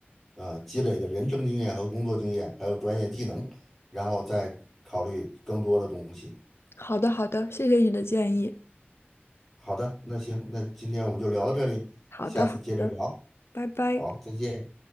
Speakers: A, in the centre; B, on the left.
A: 呃，积累的人生经验和工作经验，还有专业技能，然后再考虑更多的东西。
B: 好的好的，谢谢你的建议。
A: 好的，那行，那今天我们就聊到这里，
B: 好的好的，
A: 下次接着聊，
B: 拜拜。
A: 好，再见。